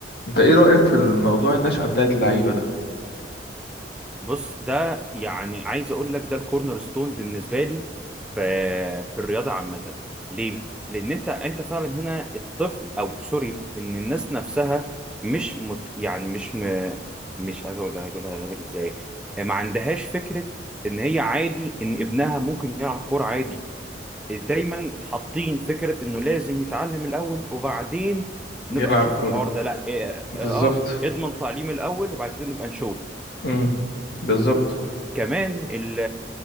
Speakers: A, on the left; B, in the centre.
A: أنت إيه رأيك في الموضوع النشأة بتاعت اللعيبة ده؟
B: بص ده يعني عايز اقول لك ده الكورنر ستون بالنسبه لي في في الرياضه عامه ليه لان انت انت فعلا هنا الطفل او سوري ان الناس نفسها مش مت يعني مش م... مش عايز اقول هقولها لك ازاي ما عندهاش فكره ان هي عادي ان ابنها ممكن يلعب كوره عادي دايما حاطين فكره انه لازم يتعلم الاول وبعدين
A: يلعب
B: نبقى نشوف
A: كورة
B: الحوار ده لا اه,
A: بالظبط
B: آه اضمن تعليم الاول وبعد كده نبقى نشوف
A: امم بالظبط
B: كمان ال-